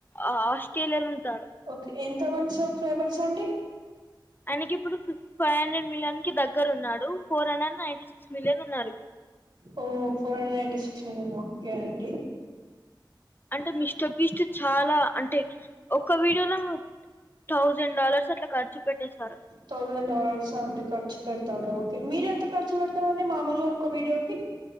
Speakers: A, on the left; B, on the right.
A: ఆ ఆస్ట్రేలియాలో ఉంటా
B: ఓకే ఎంత మంది షబ్స్క్రైబర్స్ అండి
A: తనకి ఇప్పుడు ఫి ఫైవ్ హండ్రెడ్ మిలియన్ కి దగ్గర ఉన్నాడు four hundred ninety six million ఉన్నారు ఇప్
B: ఓ four hundred eighty six million okay అండి
A: అంటే మిస్టర్ బీస్ట్ చాలా అంటే ఒక్క వీడియోలో థౌజండ్ డాలర్స్ అట్లా ఖర్చు పెట్టేసారు
B: థౌజండ్ డాలర్స్ అండి ఖర్చు పెడతాడు మీరెంత ఖర్చు పెడతారండి మామూలుగా ఒక్క వీడియోకి